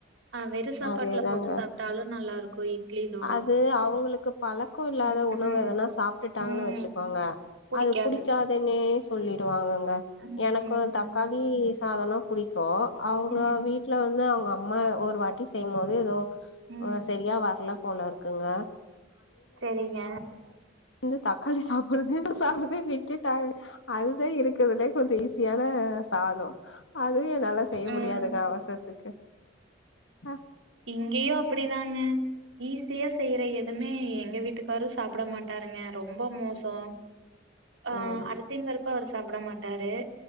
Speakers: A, on the right; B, on the left.
A: ஆ வெறு சாப்பாட்டுல
B: அதேதாங்க
A: போட்டு சாப்ட்டாலு நல்லா இருக்கு இட்லி தோ
B: அது அவுங்களுக்கு பழக்கோ இல்லாத
A: ம்,
B: உணவு
A: ம்,
B: எதனா சாப் விட்டுட்டாங்கன்னு
A: ம்.
B: வச்சுக்கோங்க
A: புடிக்காது.
B: அது புடிக்காதுன்னே சொல்லிடுவாங்க ங்க
A: ம்,
B: எனக்கு
A: ம்.
B: வந்து தக்காளி
A: சரி.
B: சாதோனா புடிக்கு அவுங்க
A: ம்,
B: வீட்ல வந்து அவுங்க அப் அம்மா ஒரு வாட்டி செய்யும்போது எதோ
A: ம்.
B: செரியா வர்ல போல இருக்குங்க
A: செரிங்க
B: ந்து தக்காளி சாப்புட்றதயே சாப்புறதயே விட்டுட்டாருங் அதுதா இருக்குறதுலயே கொஞ்சோ ஈஸியான சாதோ அதுவு என்னால செய்ய
A: ம்.
B: முடியாதுங்க அவசரத்துக்கு ஆ
A: இங்கையு அப்புடிதானே ஈஸியா செய்யுற எதுவுமே எங்க வீட்டுக்காரும் சாப்புட மாட்டாருங்க ரொம்ப மோசோ ஆ
B: ம்
A: அரிசியு பருப்பு அவரு சாப்புட மாட்டாரு